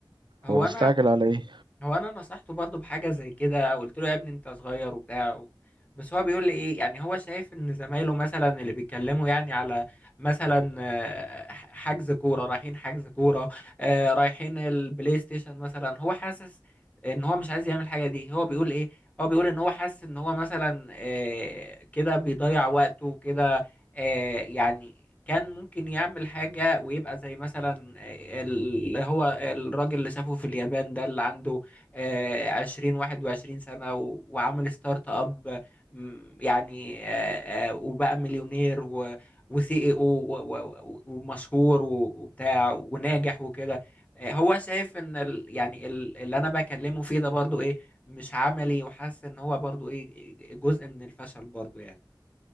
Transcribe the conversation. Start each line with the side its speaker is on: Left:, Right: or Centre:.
Left: هو
Right: هو مستعجل
Left: انا
Right: على ايه
Left: هو انا نصحته برضه بحاجه زي كده قلت له يا ابني انت صغير وبتاع و... بس هو بيقول لي ايه يعني هو شايف ان زمايله مثلا اللي بيتكلموا يعني على مثلا آه، حجز كوره رايحين حجز كوره آه، رايحين البلاي ستيشن مثلا هو حاسس ان هو مش عايز يعمل الحاجه دي هو بيقول ايه هو بيقول ان هو حاسس ان هو مثلا آه، كده بيضيع وقته كده آه، يعني كان ممكن يعمل حاجة ويبقى زي مثلا آه، اللي هو الراجل اللي شافه في اليابان ده اللي عنده آه، عشرين واحد وعشرين سنة و- وعمل ستارت اب م، يعني آه، آه، وبقى مليونير و- وسي اي او و- و- ومشهور و- وبتاع وناجح وكده آه، هو شايف ان ال يعني ال اللي انا بكلمه فيه ده برضو ايه مش عملي وحاسس ان هو برضو ايه جزء من الفشل برضو يعني